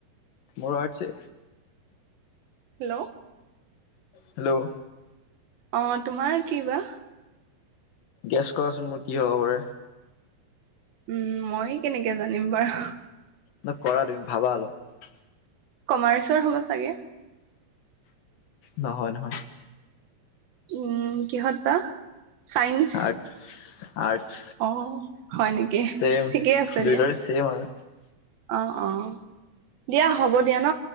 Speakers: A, on the left (about 75°); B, on the right (about 80°).
A: মোৰ আৰ্টচে।
B: হেল্ল'
A: হেল্ল'
B: অ, তোমাৰ কি বা?
A: গেছ কৰাচোন মোৰ কি হ'ব পাৰে?
B: উম উ মই কেনেকে জানিম বাৰু হাহ
A: ন কৰা তুমি ভাবা আলপ।
B: কমাৰ্চৰ হ'ব চাগে
A: নহয় নহয় ঠাক
B: উম কিহত বা চাইন্স
A: আৰ্টছ আৰ্টছ
B: অ হয় নেকি
A: ছেম
B: ঠিকেই আছে
A: দুইটাৰে
B: দিয়া।
A: ছেম আৰু
B: অ অ, দিয়া হ'ব দিয়া ন